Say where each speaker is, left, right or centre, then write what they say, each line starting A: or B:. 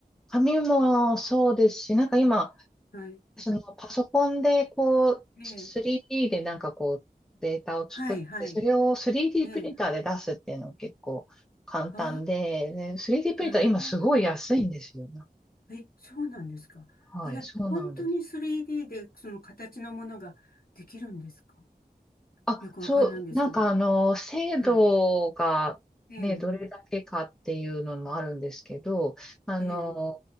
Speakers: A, in the centre; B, on the left (about 65°).
A: 紙もそうですし、なんか今、
B: はい。
A: そのパソコンでこう、
B: ええ、
A: 3D でなんかこう、データを作って、
B: はい、はい。
A: それを 3D
B: ええ。
A: プリンターで出すっていうの結構簡単で、
B: あ
A: ね、3D
B: あ、
A: プリンター今すごい安いんですよ。
B: なるほど。え、そうなんですか。
A: はい、
B: あれ、
A: そうなんです。
B: 本当に 3D でその形のものができるんですか
A: あ、
B: よくわかんないんですけど。
A: そう、なんかあの、制度がね、
B: はい。ええ、
A: どれだけかっていうのもあるんですけど、あの、
B: ええ。